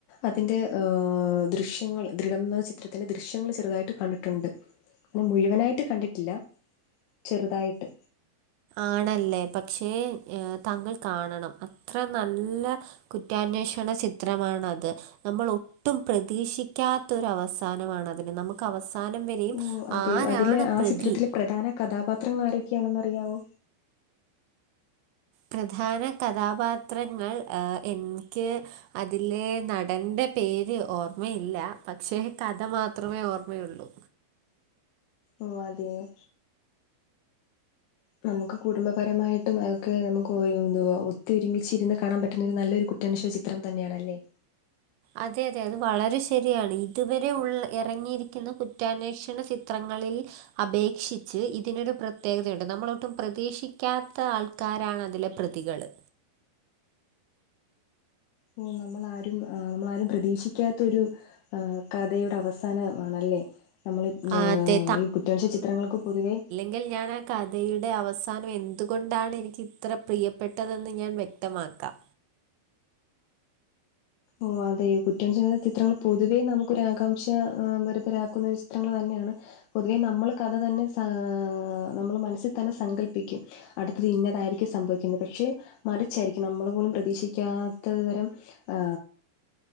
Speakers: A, on the left; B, on the right.
A: അതിന്റെ ദൃശ്യങ്ങൾ ദൃഢം എന്ന ചിത്രത്തിന്റെ ദൃശ്യങ്ങൾ ചെറുതായിട്ട് കണ്ടിട്ടുണ്ട്. അങ്ങനെ മുഴുവനായിട്ട് കണ്ടിട്ടില്ല, ചെറുതായിട്ട്
B: ആണല്ലേ, പക്ഷേ താങ്കൾ കാണണം അത്ര നല്ല കുറ്റാന്വേഷണ ചിത്രമാണത്. നമ്മൾ ഒട്ടും പ്രതീക്ഷിക്കാത്ത ഒരു അവസാനമാണ് അതിന് നമ്മുക്ക് അവസാനം വരെയും
A: ഓഹ് അതെയോ
B: ആരാണ്
A: അതിലെ ആ
B: പ്രതി
A: ചിത്രത്തിലെ പ്രധാന കഥാപാത്രങ്ങൾ ആരൊക്കെയാണെന്ന് അറിയാവോ?
B: പ്രധാന കഥാപാത്രങ്ങൾ എനിക്ക് അതിലെ നടന്റെ പേര് ഓർമ്മയില്ല. പക്ഷേ കഥ മാത്രമേ ഓർമ്മയുള്ളൂ.
A: ഓ അതെയോ? നമ്മുക്ക് കുടുംബപരമായിട്ടും അതക്കെ നമ്മുക്ക് എന്തുവാ ഒത്തൊരുമിച്ച് കാണൻ പറ്റുന്ന ഒരു നല്ലൊരു കുറ്റാന്വേഷണ ചി ത്രം തന്നെയാണല്ലേ?
B: അതെ അതെ അത് വളരെ ശരിയാണ് ഇതുവരെ ഉള്ള ഇറങ്ങിയിരിക്കുന്ന കുറ്റാന്വേഷണ ചിത്രങ്ങളിൽ അപേക്ഷിച്ച് ഇതിനൊരു പ്രത്യേകതയുണ്ട് നമ്മൾ ഒട്ടും പ്രതീക്ഷിക്കാത്ത ആൾ കാരാണ്അതിലെ പ്രതികള്.
A: ന്നി നമ്മളാരും നമ്മളാരും പ്രതീക്ഷിക്കാത്തൊരു കഥയുടെ അവസാനമാണല്ലേ? നമ്മൾ
B: അതെ
A: ഈ കുറ്റാന്വേഷണ ചിത്രങ്ങൾക്ക് പൊതുവേ
B: എങ്കിൽ ഞാൻ ആ കഥയുടെ അവസാനം എന്തുകൊണ്ടാണ് എനിക്ക് ഇത്ര പ്രിയപ്പെട്ടതെന്ന് ഞാൻ വ്യക്തമാക്കാം.
A: ഓ അതെയോ കുറ്റം ചെയ്ത ചിത്രങ്ങൾ പൊതുവേ നമുക്കൊരാകാംക്ഷ വരുതരാക്കുന്ന ചിത്രങ്ങൾ തന്നെയാണ്. പൊതുവേ നമ്മൾ കഥ തന്നെ സാ നമ്മൾ മനസ്സിൽ തന്നെ സങ്കല്പിക്കും. അടുത്തത് ഇന്നതായിരിക്കും സംഭവിക്കുന്നത് പക്ഷെ മറിച്ചായിരിക്കും നമ്മൾ പോലും പ്രതീക്ഷിക്കാത്ത തരം ആ